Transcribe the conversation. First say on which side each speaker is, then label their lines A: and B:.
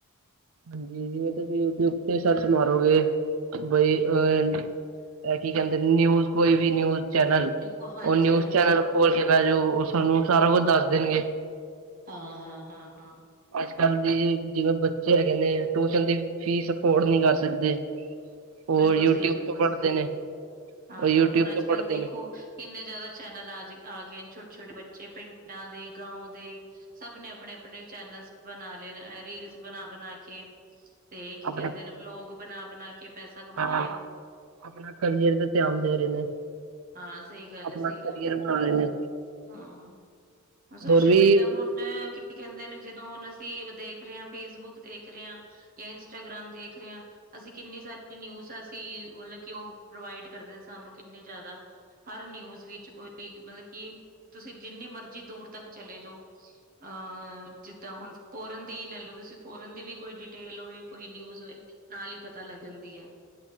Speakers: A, on the right; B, on the right.
A: ਹਾਂਜੀ, ਜਿਵੇਂ ਤੁਸੀਂ ਯੂ-ਟਿਊਬ ਤੇ ਸਰਚ ਮਾਰੋਗੇ ਬਈ ਅ ਅ ਕੀ ਕਹਿੰਦੇ ਨੇ ਨਿਊਜ ਕੋਈ ਵੀ ਨਿਊਜ ਚੈਨਲ,
B: ਦੇਖੋ ਹਾਂਜੀ
A: ਉਹ ਨਿਊਜ
B: ਹਾਂਜੀ
A: ਚੈਨਲ ਖੋਲ ਕੇ ਪੈ ਜੋ ਓ ਸਾਨੂੰ ਸਾਰਾ ਕੁੱਝ ਦੱਸ ਦੇਣਗੇ।
B: ਹਾਂ ਹਾਂ ਹਾਂ ਹਾਂ।
A: ਅੱਜ-ਕੱਲ ਦੀ, ਜਿਵੇਂ ਬੱਚੇ ਹੈਗੇ ਨੇ ਟੂਸ਼ਨ ਦੀ ਫੀਸ ਅਫੋਰਡ ਨਈ ਕਰ ਸਕਦੇ। ਉਹ
B: ਬਿਲਕੁਲ
A: ਯੂਟਿਊਬ
B: ਸਈ ਬਿਲਕੁਲ
A: ਤੋਂ ਪੜ੍ਹਦੇ
B: ਸਈ,
A: ਨੇ
B: ਹਾਂ
A: ਉਹ ਯੂਟਿਊਬ
B: ਹੁਣ ਅੱਜ
A: ਤੋਂ ਪੜ੍ਹਦੇ
B: ਕੱਲ ਵੇਖੋ
A: ਨੇ।
B: ਕਿੰਨੇ ਜ਼ਿਆਦਾ ਚੈਨਲ ਆਜ ਆ ਗਏ ਨੇ ਛੋਟੇ-ਛੋਟੇ ਬੱਚੇ ਪਿੰਡਾਂ ਦੇ ਗਾਉਂ ਦੇ ਸਭ ਨੇ ਅਪਣੇ-ਅਪਣੇ ਚੈਨਲਸ ਬਣਾ ਲੇ ਨੇ ਰੀਲਜ਼ ਬਨਾ-ਬਨਾ ਕੇ। ਤੇ ਕੀ
A: ਆਪਣੇ
B: ਕਹਿੰਦੇ ਨੇ ਲੋਗ ਬਣਾ-ਬਣਾ ਕੇ ਪੈਸਾ ਕਮਾ
A: ਹਾਂ,
B: ਰਹੇ ਨੇ
A: ਅਪਣਾ ਕਰੀਅਰ ਤੇ ਧਿਆਨ ਦੇ ਰਏ ਨੇ।
B: ਹਾਂ ਸਈ ਗੱਲ
A: ਆਪਣਾ
B: ਐ ਸਈ
A: ਕਰੀਅਰ
B: ਗੱਲ ਐ,
A: ਬਣਾ ਰਹੇ ਨੇ।
B: ਹਾਂ ਹੁਣ ਸੋਸ਼ਲ
A: ਹੋਰ ਵੀ
B: ਮੀਡੀਆ ਹੁਣ ਮੈਂ ਕੀ ਕਹਿੰਦੇ ਨੇ ਜਦੋਂ ਹੁਣ ਅਸੀਂ ਦੇਖ ਰਏ ਆ ਫੇਸਬੁੱਕ ਦੇਖ ਰਏ ਆ ਜਾਂ ਇੰਸਟਾਗ੍ਰਾਮ ਦੇਖ ਰਏ ਆਂ ਅਸੀਂ ਕਿੰਨੀ ਸਾਰੀ ਨਿਊਜ਼ ਅਸੀਂ ਮਤਲਬ ਕਿ ਉਹ ਪ੍ਰੋਵਾਈਡ ਕਰਦੇ ਸਾਨੂੰ ਕਿੰਨੀ ਜ਼ਿਆਦਾ ਹਰ ਨਿਊਜ਼ ਵਿੱਚ ਕੋਈ ਮਤਲਬ ਕਿ, ਤੁਸੀਂ ਜਿੰਨੀ ਮਰਜ਼ੀ ਦੂਰ ਤੱਕ ਚਲੇ ਜੋ ਅ ਜਿੱਦਾਂ ਹੁਣ ਫੋਰਨ ਦੀ ਈ ਲੈ ਲੋ ਤੁਸੀਂ ਫੋਰਨ ਦੀ ਵੀ ਕੋਈ ਡਿਟੇਲ ਹੋਏ ਕੋਈ ਨਿਊਜ ਹੋਏ। ਨਾਲ ਈ ਪਤਾ ਲੱਗ ਜਾਂਦੀ ਐ।